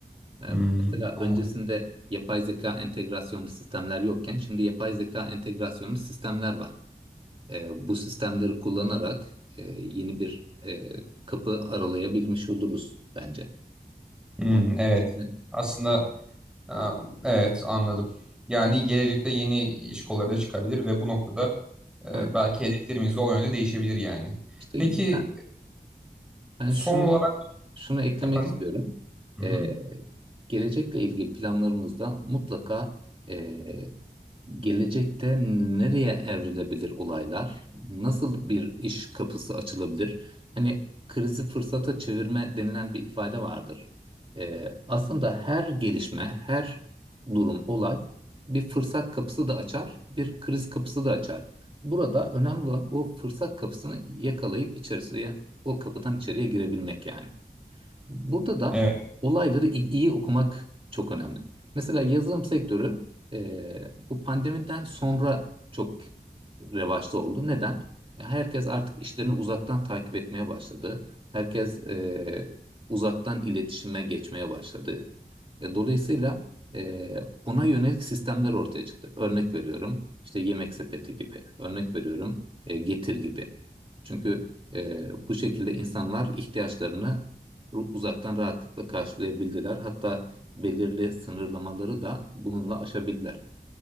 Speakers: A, on the right; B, in the centre.
A: Yani
B: Hmm,
A: mesela
B: anladım.
A: öncesinde yapay zeka entegrasyonlu sistemler yokken şimdi yapay zeka entegrasyonlu sistemler var. Eee, bu sistemleri kullanarak eee, yeni bir eee, kapı aralayabilmiş oluruz bence.
B: Hmm,
A: Onun
B: evet.
A: haricinde
B: Aslında ha, evet anladım. Yani gelecekte yeni iş kolları da çıkabilir ve bu noktada e,
A: evet
B: belki hedeflerimiz de o yönde değişebilir yani.
A: işte
B: Peki
A: ben, ben
B: son
A: şunu
B: olarak
A: Şunu eklemek
B: efendim?
A: istiyorum.
B: Hı hı.
A: Ee, gelecekle ilgili planlarımızda mutlaka e, gelecekte nereye evrilebilir olaylar, nasıl bir iş kapısı açılabilir? Hani krizi fırsata çevirme denilen bir ifade vardır. Ee, aslında her gelişme, her durum, olay bir fırsat kapısı da açar, bir kriz kapısı da açar. Burada önemli olan o fırsat kapısını yakalayıp içerisine, o kapıdan içeriye girebilmek yani. Burada da
B: Evet,
A: olayları i- iyi okumak çok önemli. Mesela yazılım sektörü e, bu pandemiden sonra çok revaçta oldu. Neden? E, Herkes artık işlerini uzaktan takip etmeye başladı. Herkes e, uzaktan iletişime geçmeye başladı. E, dolayısıyla e, ona yönelik sistemler ortaya çıktı. Örnek veriyorum, işte yemek sepeti gibi. Örnek veriyorum, e, getir gibi. Çünkü e, bu şekilde insanlar ihtiyaçlarını uzaktan rahatlıkla karşılayabildiler. Hatta belirli sınırlamaları da bununla aşabildiler.